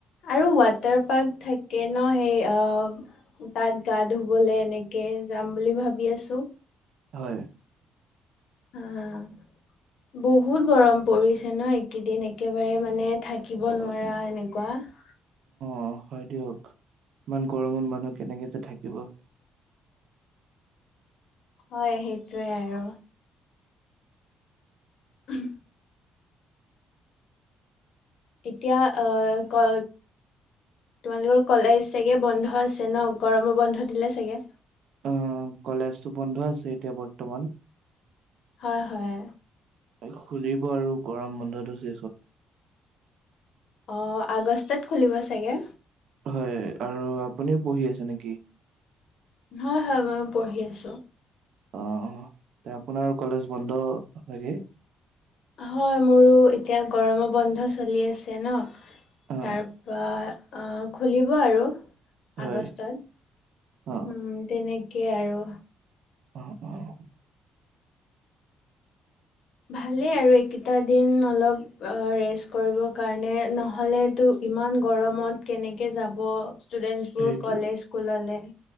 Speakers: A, on the left (about 70°); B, on the right (about 70°).
A: আৰু ৱাটাৰ পাৰ্ক থাকে ন' সেই, অ'! তাত গা ধুবলৈ এনেকে যাম বুলি ভাবি আছোঁ!
B: হয়।
A: <unintelligible> বহুত গৰম পৰিছে ন' এইকেইদিন একেবাৰে মানে, থাকিব
B: অ
A: নোৱাৰা এনেকুৱা। <unintelligible>
B: অ'! হয় দিয়ক। ইমান গৰমত মানুহ কেনেকে যে, থাক <unintelligible>
A: হয়, সেইটোৱে আৰু। ওহোঁ! এতিয়া আঁ ক তোমালোকৰ কলেজ চাগে বন্ধ আছে ন'! গৰমৰ বন্ধ দিলে চাগে? <unintelligible>
B: অ কলেজটো বন্ধ আছে এতিয়া বৰ্তমান।
A: হয়, হয়।
B: তাই খুলিব আৰু গৰম বন্ধটো <unintelligible>
A: অ'! আগষ্টত খুলিব চাগে।
B: হয় আৰু আপুনিও পঢ়ি আছে নেকি?
A: হয়, হয়। মই পঢ়ি আছোঁ।
B: অ'! এ, আপোনাৰ কলেজ বন্ধ ছাগে?
A: হয়। মোৰো এতিয়া গৰম বন্ধ চলি আছে ন'।
B: অ
A: তাৰ পৰা আঁ খুলিব আৰু
B: হয়
A: আগষ্টত।
B: অ
A: উম! তেনেকে আৰু।
B: অ'! অ'!
A: ভালেই আৰু এইকেইটা দিন অলপ, ৰেষ্ট কৰিব কাৰণে নহ'লেতো ইমান গৰমত কেনেকে যাব, ষ্টুডেন্টছবোৰ
B: সেইটোৱে
A: কলেজ স্কুললৈ।